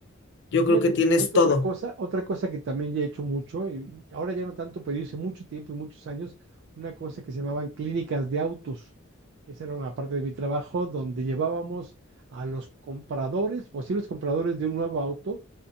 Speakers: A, on the left (about 60°); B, on the right (about 60°).
A: Yo
B: Y
A: creo
B: fíjate,
A: que tienes
B: te comento
A: todo.
B: otra cosa, otra cosa que también ya he hecho mucho, y ahora ya no tanto, pero hice mucho tiempo y muchos años, una cosa que se llamaban clínicas de autos. Esa era una parte de mi trabajo donde llevábamos a los compradores, posibles compradores de un nuevo auto